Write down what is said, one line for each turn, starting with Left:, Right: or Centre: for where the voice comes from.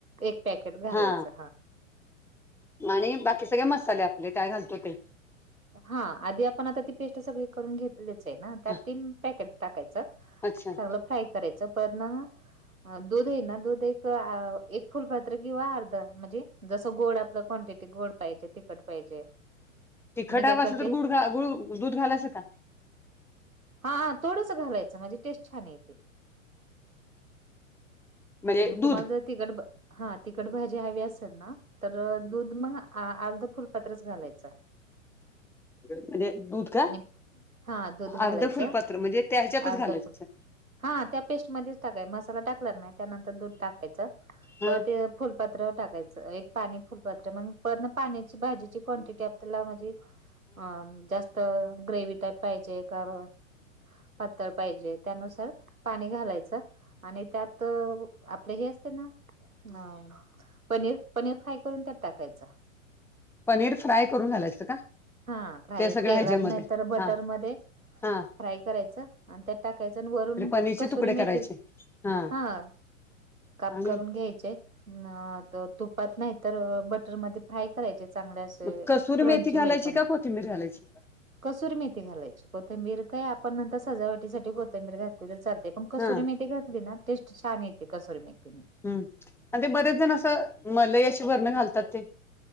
Right: एक पॅकेट घालायचं
Centre: हा आणि बाकी सगळ्या मसाल्या काय घालतो ते
Right: हा आधी आपण आता ती पेस्ट सगळी करून घेतलीच आहे ना त्यात
Centre: हा
Right: ती पॅकेट. टाकायच चांगलं
Centre: अच्छा
Right: फ्राय करायचं पण. ह दूध हाय ना दूध एक आ एक फुलपात्र किंवा अर्ध म्ह्णजे जसं गोड आपलं क्वांटिटी गोड पाहिजे तिखट पाहिजे?
Centre: तिखट
Right: मी काय
Centre: हावं
Right: करते
Centre: असल तर गुड गु दूध घालायच का?
Right: हां हां थोडंसं घालायचं म्हणजे टेस्ट छान येेती.
Centre: म्हणजे
Right: मग
Centre: दूध
Right: तुम्हाला जर तिकट भा हां तिखट भाजी हवी असल ना तर दूध मगं आ अर्ध फुलपात्रच घालायचं.
Centre: म्हणजे दूध त्या
Right: आणि हा दूध घालायचं
Centre: अर्ध फुलपत्र म्हणजे त्या ह्याच्यातच
Right: अर्ध
Centre: घालायचं.
Right: फुल हा त्या पेस्टमध्येच टाकाय मसाला टाकला की नाही त्यानंतर दूध टाकायचं
Centre: हा
Right: त ते फुलपात्र टाकायचं एक पाणी फुलपात्र मग पण पाण्याची भाजीची क्वांटिटी आपल्याला म्हणजे हा जास्त ग्रेवी टाईप पाहिजे का ब पातळ पाहिजे त्यानुसार पाणी घालायचं आणि त्यात अ आपल हे असते ना अ पनीर पनीर फ्राय करून त्यात टाकायचं.
Centre: पनीर फ्राय करून घालायचं का?
Right: हां फ्राय
Centre: ते सगळ्या
Right: तेलात
Centre: ह्याच्यामध्ये
Right: नाही तर बटरमध्ये
Centre: हा हा.
Right: फ्राय करायचं आणि त्यात टाकायचं आणि वरून
Centre: पनीरचे
Right: कसुरी
Centre: तुकडे
Right: मेतील
Centre: करायचे हा
Right: हां काप
Centre: आणि
Right: करून घ्यायचे न अ त तुपात नाही तर अ बटरमध्ये फ्राय करायचे चांगले असे
Centre: मग कसुरी
Right: क्रंची होई प
Centre: <unintelligible> कोथिंबीर घालायची?
Right: कसुर मेथी घालायची कोथंबीर काय आपण नंतर सजावटीसाठी कोथंबीर घातली तर चालते. पण कसोरी
Centre: हा
Right: मेथी घातली ना टेस्ट छान येते कसोरी मेथीन.
Centre: हम्म आण ते बरेच जण असं मलाई अशी वरणं घालतात ते?